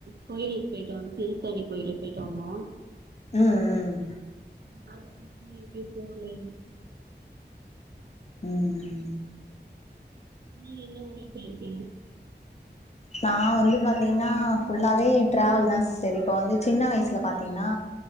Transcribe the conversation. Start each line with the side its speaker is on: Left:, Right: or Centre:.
Right: கோயிலுக்கு போயிட்டு வந்து திருத்தணி கோயிலுக்கு போயிட்டு வந்தோ
Left: ம் ம்
Right: அதுக்கப்றோ எங்கேயு போகலிங்க
Left: ம்
Right: நீங்க என்ன ஊர்லா போயிருக்கீங்க
Left: நா வந்து பாத்தீங்கன்னா ஃபுல்லாவே டிராவல் தா சிஸ்டர் இப்ப வந்து சின்ன வயசுல பாத்தீங்கன்னா